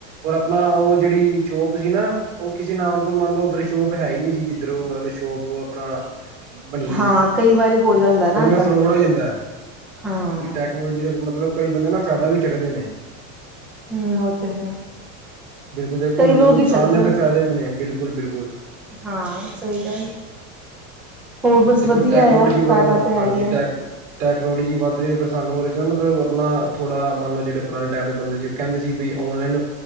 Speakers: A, on the right; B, in the centre.
A: ਔਰ ਆਪਣਾ ਓ ਜਿਹੜੀ ਸ਼ੋਪ ਸੀ ਨਾ ਓ ਕਿਸੇ ਨਾਮ ਤੋਂ ਮਤਲਬ ਉਧਰ ਸ਼ੋਪ ਹੈ ਈ ਨੀ ਸੀ ਜਿੱਧਰ ਓ ਮਤਲਬ ਸ਼ੋਪ ਆਪਣਾ ਬਣੀ ਵੀ
B: ਹਾਂ
A: ਸੀ,
B: ਕਈ ਵਾਰੀ ਹੋ ਜਾਂਦਾ ਨਾ
A: ਕਈ ਵਾਰੀ
B: ਏਦਾਂ
A: ਫਰੋਡ ਹੋ ਜਾਂਦਾ,
B: ਹਾਂ,
A: ਕਿ ਟੈ ਕਨੋਲਜ਼ੀ ਦਾ ਮਤਲਬ ਕਈ ਬੰਦੇ ਨਾ ਫਾਇਦਾ ਵੀ ਚੱਕਦੇ ਨੇ।
B: ਹੂੰ ਓ 'ਤੇ ਹੈ।
A: ਬਿਲਕੁੱਲ ਦੇਖੋ
B: ਕਈ
A: ਨੁਕਸਾਨ
B: ਲੋਕ ਹੀ ਚੱਕਦੇ
A: ਨੇ 'ਤੇ ਫ਼ਾਇਦੇ ਵੀ ਨੇ ਬਿਲਕੁੱਲ-ਬਿਲਕੁੱਲ।
B: ਹਾਂ ਸਈ ਗੱਲ, ਹੋਰ ਬਸ
A: ਦੇਖੋ
B: ਵਧੀਆ
A: ਟੈਕਨੋਲੋਜੀ
B: ਆ ਫਾਇਦਾ
A: ਵੱਲ
B: 'ਤੇ
A: ਹਾਂਜੀ
B: ਹੈ ਈ ਐ।
A: ਟੈਕ ਟੈਕਨੋਲੋਜੀ ਵੱਧ ਰੀ 'ਤੇ ਫਿਰ ਸਾਨੂੰ ਉਦੇ 'ਚ ਨਾ ਮਤਲਬ ਆਪਣਾ ਥੋੜਾ ਮੰਨ ਲੋ ਜਿਹੜੇ ਪੁਰਾਣੇ ਟਾਈਮ ਦੇ ਬੰਦੇ ਸੀ ਕਹਿੰਦੇ ਸੀ ਬੀ ਔਨਲਾਈਨ